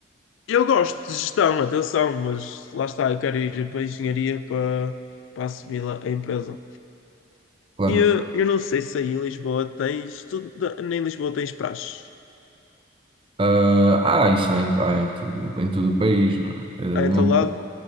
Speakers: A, on the left (about 85°); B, on the right (about 25°).
A: eu gosto de gestão, atenção, mas lá está, eu quero ir para a engenharia para, para assumir lá a empresa.
B: claro.
A: E eu, eu não sei se aí em Lisboa tens. Tu, da- nem em Lisboa tens praxe.
B: Ah, ah, isso há em, há em tudo, em todo o país, não é? Eh,
A: Ah,
B: uma-
A: em teu lado?